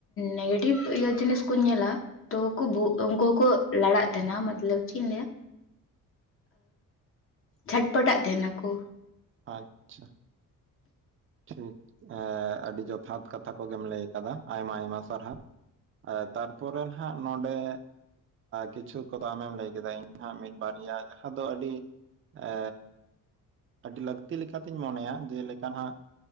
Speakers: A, on the left (about 40°); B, on the right (about 40°).
A: ᱱᱮᱜᱮᱴᱤᱵᱷ ᱤᱭᱟᱹ ᱡᱤᱱᱤᱥ ᱠᱚ ᱧᱮᱞᱟ ᱛᱚ ᱠᱚ ᱵᱩᱜᱚᱜ ᱛᱚ ᱩᱱᱠᱩ ᱦᱚᱸᱠᱚ ᱞᱟᱲᱟᱜ ᱛᱟᱦᱮᱱᱟ ᱢᱟᱛᱞᱚᱵ ᱪᱤᱫ ᱤᱧ ᱞᱟᱹᱭᱟ ᱡᱷᱟᱴᱯᱟᱴᱟᱜ ᱛᱟᱦᱮᱱᱟᱠᱚ
B: ᱟᱪᱪᱷᱟ ᱴᱷᱤᱠ ᱟᱹᱰᱤ ᱡᱚᱛᱷᱟᱛ ᱠᱟᱛᱷᱟ ᱠᱚᱜᱮᱢ ᱞᱟᱹᱭ ᱠᱟᱫᱟ ᱟᱭᱢᱟ ᱟᱭᱢᱟ ᱥᱟᱨᱦᱟᱣ ᱛᱟᱨᱯᱚᱨᱮ ᱦᱟᱸᱜ ᱱᱚᱰᱮ ᱠᱤᱪᱷᱩ ᱠᱚᱫᱚ ᱟᱢᱮᱢ ᱞᱟᱹᱭ ᱠᱮᱫᱟ ᱦᱟᱸ ᱢᱤᱫ ᱵᱟᱨᱭᱟ ᱡᱟᱦᱟᱸ ᱫᱚ ᱟᱹᱰᱤ ᱮ ᱟᱹᱰᱤ ᱞᱟᱹᱠᱛᱤ ᱞᱮᱠᱟᱛᱤᱧ ᱢᱚᱱᱮᱭᱟ ᱡᱮᱞᱮᱠᱟ ᱞᱮᱠᱟ ᱦᱟᱸᱜ